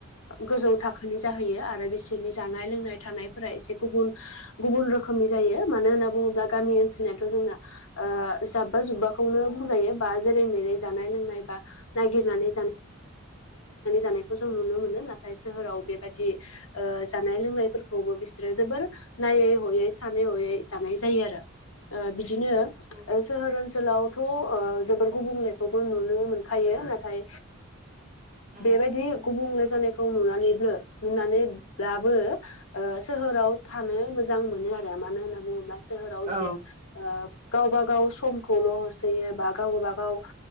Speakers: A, on the left (about 70°); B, on the right (about 35°).
A: गोजौ थाखोनि जाहैयो आरो बिसोरनि जानाय लोंनाय थानायफोरा एसे गुबुन गुबुन रोखोमनि जायो। मानो होनना बुङोब्ला गामि ओनसोलनिथ' जोंना जाब्बा जुब्बा बुंजायो बा जेरै मेरै जानाय लोंनाय बा नागिर नानै जानायखौ जों नुनो मोनो नाथाय सोहोराव बेबायदि जानाय लोंनायफोर खौबो बिसोरो जोबोर नायै हयै सानै हयै जानाय जायो आरो ओ बि दिनो
B: उम
A: सोहोर ओनसोलावथ' जोबोर गुबुंलेखौबो नुनो खायो नाथाय
B: उम
A: बेबायदि गुबुंले नायखौ नुनानै नुनानैब्लाबो सोहोराव थानो मोजां मोनो आरो मानो होनना बुङोबा सोहोरावसे
B: औ
A: गावब गाव समखौल' होसोयो बा गाव गाबा गाव